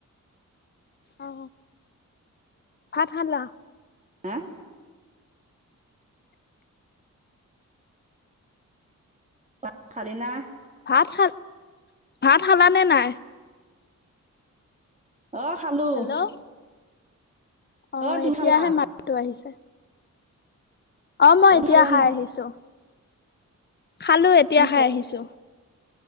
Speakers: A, on the left; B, on the right.
A: অ ভাত খালা?
B: হেয়া। ভাত খালি না?
A: ভাত খাল, ভাত খালানে নাই?
B: অ খালো।
A: হেল্ল', অ
B: তুমি
A: এতিয়াহে
B: খালা
A: মাতটো আহিছে। অ মই এতিয়া
B: খালা
A: খাই
B: নাই
A: আহিছো। খালো, এতিয়া
B: কি
A: খাই আহিছো।